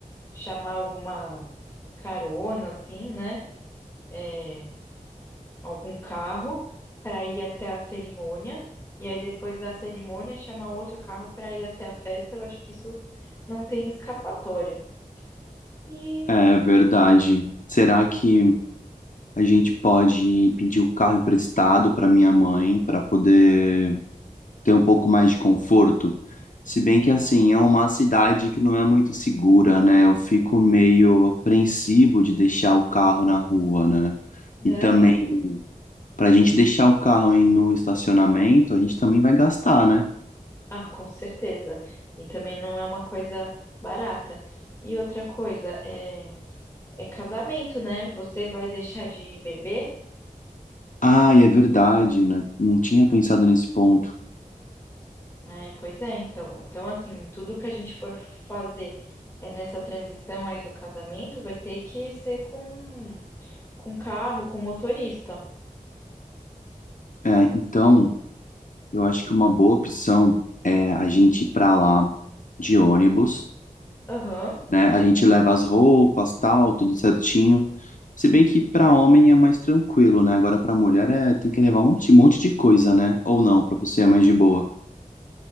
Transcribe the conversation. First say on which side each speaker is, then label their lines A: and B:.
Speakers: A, on the left; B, on the left.
A: chamar alguma carona, assim, né? Eh, algum carro para ir até a cerimônia, e aí depois da cerimônia chamar outro carro para ir até a festa. Eu acho que isso não tem escapatória. E
B: É verdade. Será que a gente pode pedir o carro emprestado para minha mãe para poder ter um pouco mais de conforto? Se bem que
A: na-
B: assim, é uma cidade que não é muito segura, né? Eu fico meio apreensivo de deixar o carro na rua, né?
A: não,
B: E também
A: e-
B: Pra gente deixar o carro aí no estacionamento, a gente também vai gastar, né?
A: ah, com certeza. E também não é uma coisa barata. E outra coisa, é, é casamento, né? Você vai deixar de beber?
B: Ah, e é verdade, né? Não tinha pensado nesse ponto.
A: É, pois é, então. Então, assim, tudo que a gente for fazer é nessa transição aí do casamento vai ter que ser com Com carro, com motorista.
B: É, então, eu acho que uma boa opção é a gente ir pra lá de ônibus,
A: Aham.
B: né? A gente leva as roupas, tal, tudo certinho. Se bem que pra homem é mais tranquilo, né? Agora pra mulher é, tem que levar um monte, um monte de coisa, né? Ou não, pra você é mais de boa.